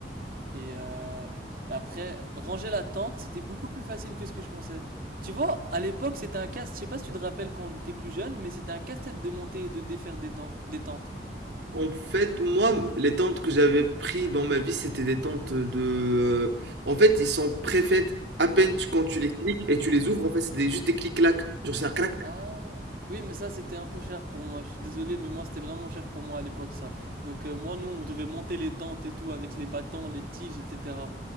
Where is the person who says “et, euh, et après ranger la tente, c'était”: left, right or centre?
Right